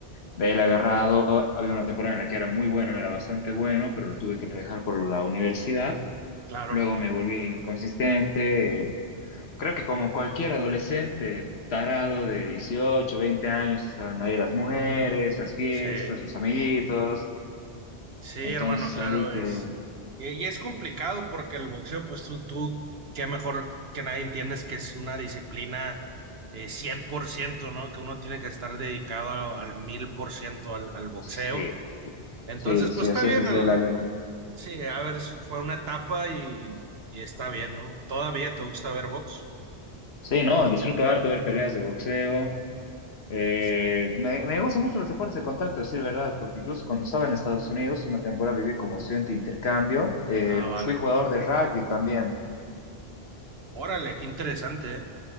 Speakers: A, on the left; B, on the right.
A: de ahí la he agarrado. Había una temporada en la que era muy bueno, era bastante bueno, pero lo tuve que dejar por la universidad.
B: claro.
A: Luego me volví inconsistente, Creo que como cualquier adolescente tarado de 18, 20 años, estaban ahí las mujeres, las fiestas,
B: Sí,
A: los amiguitos.
B: sí,
A: Entonces
B: hermano, claro,
A: ahí que...
B: es. Y, y es complicado porque el boxeo, pues tú, tú, qué mejor que nadie entiendes que es una disciplina eh, 100%, ¿no? Que uno tiene que estar dedicado al mil por ciento al al boxeo.
A: pues, sí,
B: Entonces,
A: sí, sí,
B: pues está
A: así
B: bien,
A: es desde
B: al-
A: el alimento.
B: sí, a ver, si fue una etapa y, y está bien, ¿no? ¿Todavía te gusta ver box?
A: Sí, no, disfruto harto ver peleas de boxeo. Eh,
B: Excelente.
A: me, me gustan mucho los deportes de contacto, decir verdad, porque incluso cuando estaba en Estados Unidos, una temporada viví como estudiante de intercambio. Eh,
B: Ah, vale.
A: fui jugador de rugby también.
B: Órale, qué interesante, ¿eh?